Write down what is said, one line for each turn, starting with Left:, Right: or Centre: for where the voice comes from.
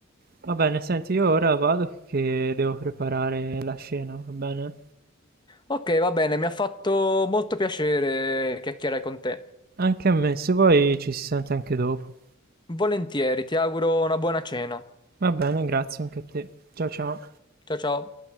Right: Va bene, senti, io ora vado che devo preparare la scena, va bene?
Left: Ok, va bene, mi ha fatto molto piacere chiacchierare con te.
Right: Anche a me, se vuoi ci si sente anche dopo.
Left: Volentieri, ti auguro una buona cena.
Right: Va bene, grazie anche a te. Ciao ciao.
Left: Ciao ciao.